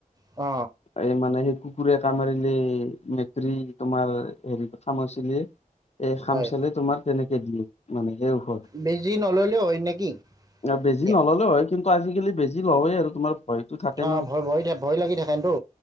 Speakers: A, on the right; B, on the left.
A: অ
B: এই মানে সেই কুকুৰে কামুৰিলে মেএৰি তোমাৰ হেৰি কামোৰিছিলে এই খামচালি
A: হয়
B: তোমাৰ তেনেকে দিয়ে মানে এই ঔষধ
A: বেছি নললেও হয় নেকি
B: বেজি
A: এতিয়া
B: নললেও হয় কিন্তু আজিকালি বেজি লয় আৰু তোমাৰ ভয়তো থাকে
A: অঁ
B: ন
A: ভয় ভয় থা- ভয় লাগি থাকেতো